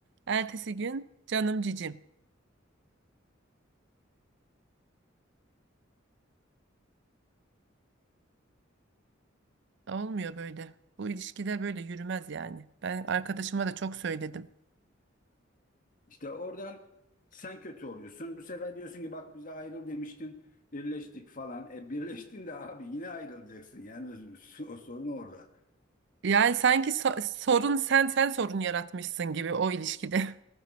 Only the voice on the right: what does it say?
Ertesi gün canım cicim. Olmuyor böyle. Bu ilişkide böyle yürümez yani. Ben arkadaşıma da çok söyledim.
Yani sanki so- sorun sen sen sorun yaratmışsın gibi o ilişkide. <laughs>